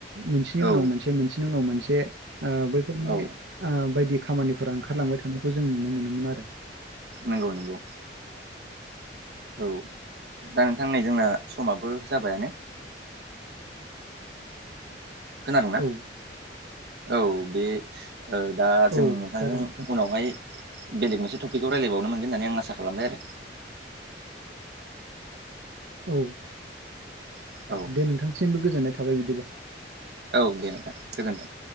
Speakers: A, on the right (about 80°); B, on the right (about 65°).
A: मोनसेनि
B: औ
A: उनाव मोनसे-मोनसेनि उनाव मोनसे ओ बैफोर माने
B: औ
A: ओ बायदि खामानिफोरा ओंखारलांबाय थानायखौ जों नुनो मोनोमोन आरो।
B: नंगौ, नंगौ। औव, दा नोंथां नै जोंना समाबो जाबाय। खोनादोंना?
A: औ
B: औव, बे ओ दा
A: औ
B: जों दा
A: जागोन
B: नों
A: नोंथां
B: उनावहाय बेलेग मोनसे टपिकखौ रायलायबावनो मोनगोन होननानै आं आसा खालामबाय आरो।
A: औव,
B: आरो औ
A: दे नोंथांसिमबो गोजोननाय थाबाय बिदिब्ला।
B: औव, दे नोंथां। गोजोन्थों।